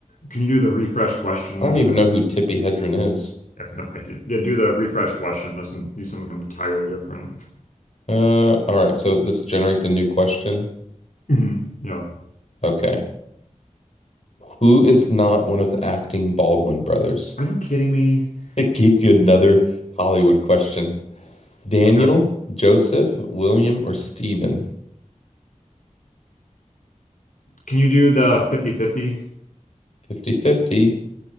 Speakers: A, on the left (about 80°); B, on the left (about 55°).
A: can you do the refresh question
B: I
A: more?
B: don't even
A: <laughs>
B: know who Tippi Hedren is.
A: I have no idea. Yeah, do the refresh question. Doesn't do something entirely different.
B: Uh, all right, so this generates a new question.
A: Mhm. Yeah.
B: Okay. Who is not one of the acting Baldwin brothers?
A: Are
B: <laughs>
A: you kidding me? <sighs>
B: It gave you another Hollywood question. Daniel,
A: Okay.
B: Joseph, William, or Stephen?
A: Can you do the fifty-fifty?
B: 5050